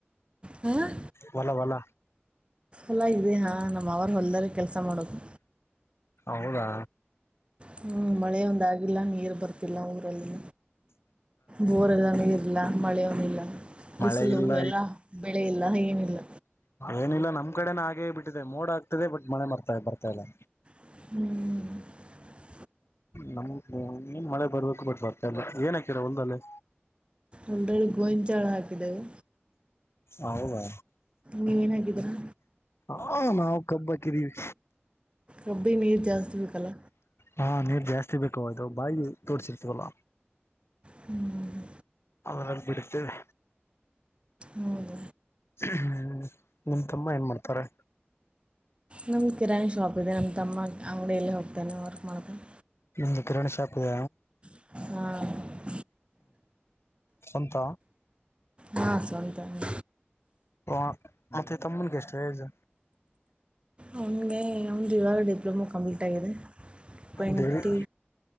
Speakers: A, on the right; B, on the left.
A: ಹಾಂ
B: ಹೊಲ ಹೊಲ
A: ಎಲ ಇದೆ ಹಾಂ ನಮ್ಮ ಅವರು ಹೊಲ್ದಾರೆ ಕೆಲಸ ಮಾಡೋದು.
B: ಹೌದಾ
A: ಹ್ಮ್ -ಮಳೆ ಒಂದಾಗಿಲ್ಲ ನೀರು ಬರ್ತಿಲ್ಲ ಊರಲ್ಲಿ ಬೋರ್ ಎಲ್ಲಾನೇ ಇರ್ಲ್ಲ ಮಳೆನಿಲ್ಲ
B: ಮಳೆ
A: ಬಿಸಿಲು
B: ಇಲ್ಲ
A: ಎಲ್ಲಾ ಬೆಳೆ ಇಲ್ಲ ಏನಿಲ್ಲ.
B: ಏನಿಲ್ಲ ನಮ್ ಕಡೆನ ಹಾಗೇ ಬಿಟ್ಟಿದೆ ಮೋಡ್ ಆಗ್ತಿದೆ ಬಟ್ ಮಳೆ ಮರ್ತಾ ಬರ್ತಾ ಇಲ್ಲ.
A: ಹ್ಮ್
B: ನಮ್ನ್ ಮಳೆ ಬರ್ಬೇಕು ಬಟ್ ಬರ್ತಾಲ್ಲ ಏನ್ ಹಕಿರ ಹೊಲ್ಲ್ಲಿ
A: ಒಲ್ಗೋಂಚಾಳ ಹಾಕಿದ್ದೇವೆ
B: ಹೌದಾ
A: ನೀವೇನಾಗಿದ್ದೀರಾ
B: ಹಾ- ನಾವು ಕಬ್ಬಕಿದೀವಿ.
A: ರಬ್ಬಿ -ನೀ -ಜಸ್ತಿವಿ ಕಲ್ಲ.
B: ಹಾ ನೀರ್ ಜಾಸ್ತಿ ಬೇಕು ಅದು ಬಾಯಿ ತೋಡ್ಸಿರ್ತವಲ್ಲ.
A: ಹ್ಮ್ -ಹ್ಮ್ಮ
B: ಅದಲ್ಲಿ ಬಿಡ್ತೇದೆ.
A: ಹೌದ
B: ಹ್ಮ್ -ನಿಮ್ಮ ತಮ್ಮ ಏನ್ ಮಾಡ್ತಾರೆ.
A: ನಮಗೆ ಕಿರಾಣಿ ಶಾಪ್ ಇದೆ ನಮ್ಮ ತಮ್ಮ ಅಂಗಡಿಯಲ್ಲಿ ಹೋಗ್ತಾನೆ ವರ್ಕ್ ಮಾಡ್ತಾನೆ.
B: ನಿಮಂದು ಕಿರಣ್ ಶಾಪದ
A: ಹ್ಮ-
B: ಸಂತ
A: ಹಾ ಸ್ವಂತನೇ
B: ಹ ಮತ್ತೆ ತಮ್ಮನ್ಗೆ ಎಷ್ಟೇ ಏಜ್
A: ಅವನಿಗೆ ಅವಂದ ಇವಾಗ ಡಿಪ್ಲೊಮಾ ಕಂಪ್ಲೀಟ್ ಆಗಿದೆ ಟ್ವೆಂಟಿ
B: ಡಿಗ್ರಿ